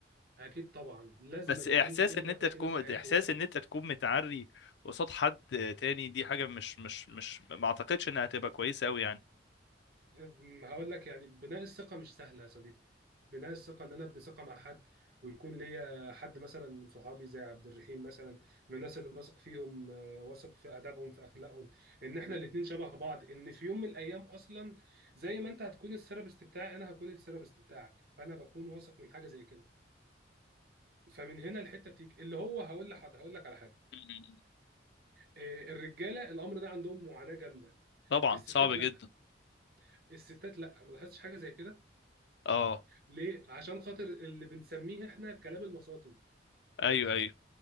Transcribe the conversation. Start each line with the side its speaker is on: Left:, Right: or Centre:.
Right: اكيد طبعا لازما
Left: بس
Right: يكون
Left: احساس
Right: لكل
Left: ان
Right: واحد
Left: انت تكون
Right: فينا في حياته
Left: احساس
Right: واحد
Left: ان انت تكون متعري قصاد حد تاني دي حاجة مش مش مش ما اعتقدش انها هتبقى كويسة قوي يعني
Right: أم، هقول لك يعني بناء الثقة مش سهلة يا صديقي بناء الثقة إن أنا أبني ثقة مع حد ويكون ليا حد مثلا من صحابي زي عبد الرحيم مثلا من الناس اللي واثق فيهم آه، واثق في آدابهم في أخلاقهم إن إحنا الاتنين شبه بعض إن في يوم من الأيام أصلا زي ما أنت هتكون الثيرابيست بتاعي أنا هكون الثيرابيست بتاعك فأنا بكون واثق من حاجة زي كده فمن هنا الحتة بتيجي اللي هو هقول لك هقول لك على حاجة
Left: مم.
Right: آه، الرجالة الأمر ده عندهم معاناة جامدة
Left: طبعا
Right: الستات
Left: صعبة
Right: لا
Left: جدا
Right: الستات لا ما لاحظتش حاجة زي كده
Left: اه
Right: ليه؟ عشان خاطر اللي بنسميه احنا كلام الوساطي
Left: ايوه ايوه